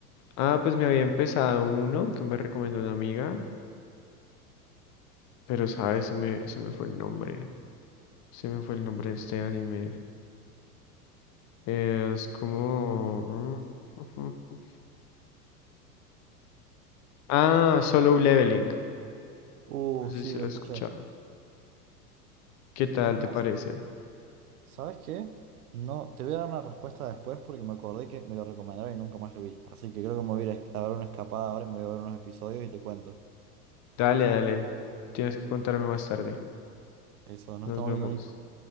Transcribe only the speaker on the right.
Uh,
sí,
lo
escuché.
Es más,
¿sabes qué? No, te voy a dar una respuesta después porque me acordé que me lo recomendaron y nunca más lo vi. Así que creo que me voy a ir a es- a dar una escapada ahora y me voy a ver unos episodios y te cuento.
Eso, no
estamos
viendo, ni